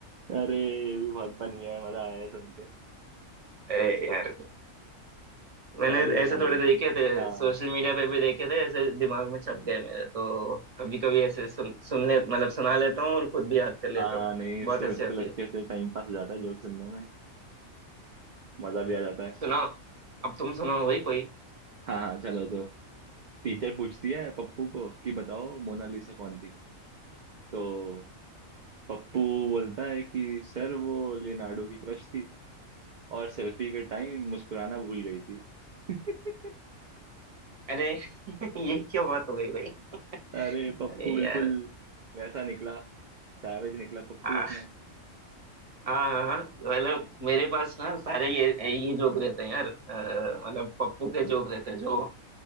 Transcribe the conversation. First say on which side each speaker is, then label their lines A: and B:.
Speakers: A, on the right; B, on the right.
A: अरे ये भी बहुत फनी है मजा आया है सुन के
B: <laughs> अरे यार मैंने
A: अरे
B: ऐसे
A: भाई
B: थोड़े देखे थे
A: हाँ
B: सोशल मीडिया पे भी देखे थे ऐसे दिमाग में छप गए मेरे तो कभी कभी ऐसे सुन सुन ले मतलब सुना लेता हूँ और खुद भी याद कर लेता
A: हाँ
B: हूँ
A: नहीं
B: बहुत
A: इससे
B: हंसी
A: बिल्कुल
B: आती
A: अच्छे
B: है
A: से टाइम पास हो जाता है जोक सुनने में मजा भी आ जाता है
B: सुनाओ अब तुम सुनाओ भाई कोई
A: हाँ हाँ चलो तो टीचर पूछती है पप्पू को कि बताओ मोनालिसा कौन थी तो पप्पू बोलता है कि सर वो लियोनार्डो की क्रश थी और सेल्फी के टाइम मुस्कुराना भूल गई थी <laughs>
B: अरे <laughs> ये क्या बात हो गई भाई
A: अरे पप्पू
B: अरे
A: बिल्कुल
B: यार
A: वैसा निकला सैवेज निकला पप्पू
B: हाँ
A: अपना
B: हाँ हाँ हाँ, मतलब मेरे पास ना सारे ये ये जोक रहते हैं यार अ, मतलब पप्पू के जोक रहते हैं जो